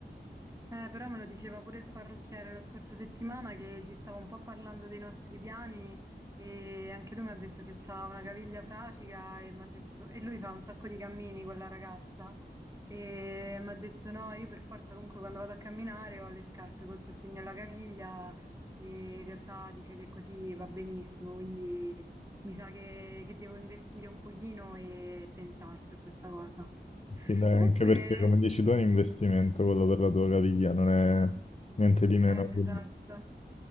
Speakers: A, on the right; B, on the left.
A: Eh, però me lo diceva pure il parrucchiere la scorsa settimana che gli stavo un po' parlando dei nostri piani e anche lui mi ha detto che c'ha una caviglia fracica e, m'ha detto- e lui fa un sacco di cammini con la ragazza e mi ha detto no, io per forza comunque quando vado a camminare ho le scarpe col sostegno alla caviglia e in realtà dice che così va benissimo, quindi mi sa che, che devo investire un pochino e pensarci a questa cosa. Sì.
B: Sì, dai,
A: Comunque,
B: anche perché come dici tu è un investimento quello per la tua caviglia, non è niente di meno.
A: Eh,
B: quindi-
A: esatto.